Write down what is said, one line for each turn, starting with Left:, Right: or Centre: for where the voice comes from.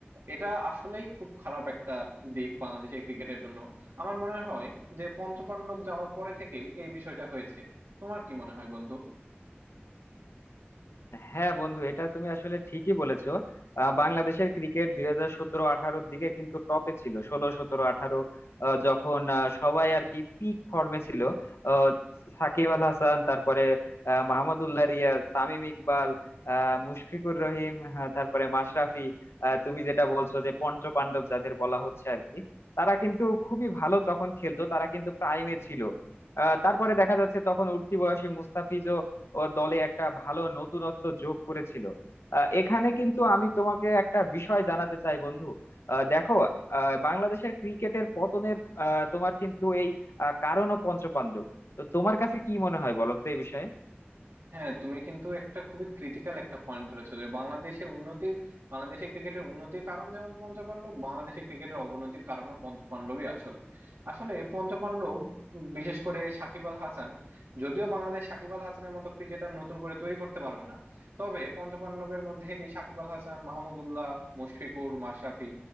Right: এটা আসলেই খুব খারাপ একটা দিক বাংলাদেশের ক্রিকেটের জন্য আমার মনে হয় যে পঞ্চপাণ্ডব যাওয়ার পরে থেকেই এই বিষয়টা হয়েছে তোমার কি মনে হয় বন্ধু
Left: হ্যাঁ বন্ধু এটা তুমি আসলে ঠিকই বলেছো আহ, বাংলাদেশের ক্রিকেট দুই হাজার সতেরো আঠারোর দিকে কিন্তু টপে ছিল ষোলো সতেরো আঠারো যখন আহ, সবাই আর কি পিক ফর্মে ছিল আহ, সাকিব আল হাসান তারপরে আহ, মাহমুদউল্লাহ রিয়াজ তামিম ইকবাল আহ, মুশফিকুর রহিম হ্যাঁ, তারপরে মাশরাফি আহ, তুমি যেটা বলছো যে পঞ্চপাণ্ডব যাদের বলা হচ্ছে আর কি তারা কিন্তু খুবই ভালো তখন খেলতো তারা কিন্তু প্রাইমে ছিল আহ, তারপরে দেখা যাচ্ছে তখন উঠতি বয়সে মুস্তাফিজ ও দলে একটা ভালো নতুনত্ব যোগ করেছিল আহ, এখানে কিন্তু আমি তোমাকে একটা বিষয় জানাতে চাই বন্ধু আহ, দেখো আহ, বাংলাদেশের ক্রিকেটের পতনের আহ, তোমার কিন্তু এই আহ, কারণ ও পঞ্চপাণ্ডব তো তোমার কাছে কি মনে হয় বলো তো এই বিষয়ে
Right: হ্যাঁ তুমি কিন্তু একটা খুবই ক্রিটিক্যাল একটা পয়েন্ট ধরেছো যে বাংলাদেশের উন্নতির বাংলাদেশের ক্রিকেটের উন্নতির কারণ যেমন পঞ্চপাণ্ডব বাংলাদেশের ক্রিকেটের অবনতির কারণও পঞ্চপাণ্ডবই আসলে আসলে পঞ্চপাণ্ডব বিশেষ করে সাকিব আল হাসান যদিও বাংলাদেশ সাকিব আল হাসানের মতো ক্রিকেটার নতুন করে তৈরি করতে পারবে না তবে পঞ্চপাণ্ডবের মধ্যে এই সাকিব আল হাসান মাহমুদউল্লাহ মুশফিকুর মাশরাফি